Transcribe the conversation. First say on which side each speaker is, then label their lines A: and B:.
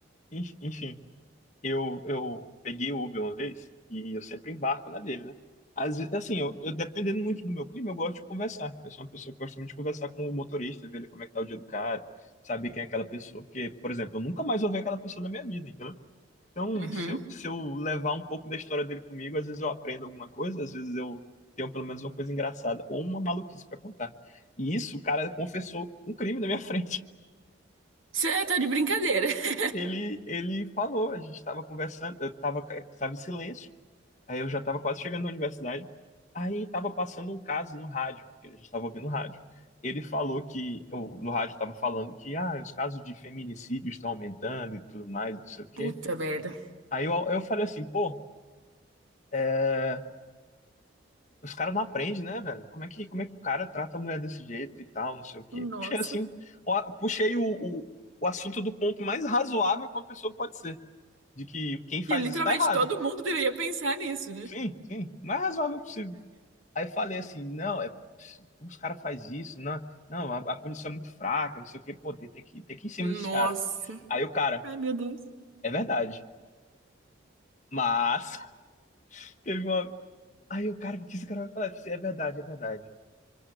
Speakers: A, on the left; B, on the right.
A: Enf- Enfim. Eu, eu peguei o Uber uma vez e eu sempre embarco na dele, né? Às vezes, assim, eu, eu dependendo muito do meu clima, eu gosto de conversar. Eu sou uma pessoa que gosta muito de conversar com o motorista, ver ele como é que tá o dia do cara, saber quem é aquela pessoa. Porque, por exemplo, eu nunca mais vou ver aquela pessoa na minha vida, entendeu? Então,
B: Uhum.
A: se eu, se eu levar um pouco da história dele comigo, às vezes eu aprendo alguma coisa, às vezes eu tenho pelo menos uma coisa engraçada ou uma maluquice pra contar. E isso, o cara confessou um crime na minha <laughs> frente.
B: Você tá de brincadeira. <laughs>
A: Ele, ele falou, a gente estava conversando, eu estava, estava em silêncio. Aí eu já estava quase chegando na universidade. Aí estava passando um caso no rádio, que a gente estava ouvindo rádio. Ele falou que, eu- no rádio estava falando que ah, os casos de feminicídio estão aumentando e tudo mais, não sei o quê.
B: Puta merda.
A: Aí eu, eu falei assim, pô, é, os caras não aprendem, né, velho? Como é que, como é que o cara trata a mulher desse jeito e tal, não sei o quê.
B: Nossa.
A: Puxei assim, o a- puxei o, o, o assunto do ponto mais razoável que uma pessoa pode ser, de que quem faz
B: Que literalmente
A: isso tá errado.
B: todo mundo deveria pensar nisso, né?
A: Sim, sim, o mais razoável possível. Aí falei assim, não, é, como os caras fazem isso? Não, não, a, a punição é muito fraca, não sei o quê, pô, tem, tem que, tem que ir em cima
B: Nossa.
A: desses caras. Aí o cara,
B: Ai, meu Deus.
A: é verdade. Mas <laughs> teve uma. Aí o cara, o que esse cara vai falar? Eu falei, assim, é verdade, é verdade.